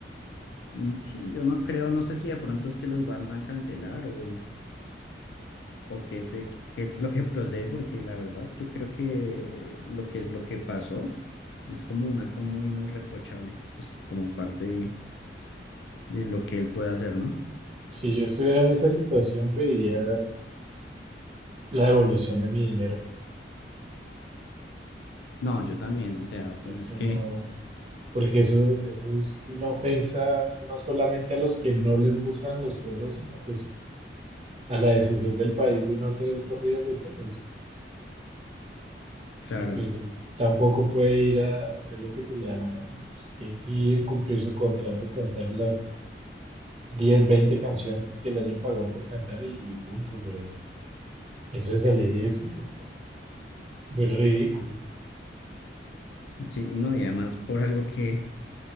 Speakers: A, on the left; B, on the right.
A: mm, sí, yo no creo, no sé si de pronto es que los van a cancelar o, o qué sé, qué es lo que procede, porque la verdad, yo creo que lo que es lo que pasó es como un acto muy, muy reprochable, pues como parte de de lo que él puede hacer, ¿no?
B: Si yo estuviera en esa situación, pediría la devolución de mi dinero.
A: No, yo también, o sea, pues
B: Eso
A: es que...
B: no, porque eso, eso es una ofensa no solamente a los que no les gustan los toros, sino pues a la decisión del país de no tener corridas de toros.
A: Claro,
B: Y pues él tampoco puede ir a hacer lo que se le da la gana. Pues, tiene que ir, cumplir su contrato, cantar las 10 20 canciones que le hayan pagado por cantar y, y punto. Pero eso de salir y es, es ridículo.
A: sí, y no, y además por algo que,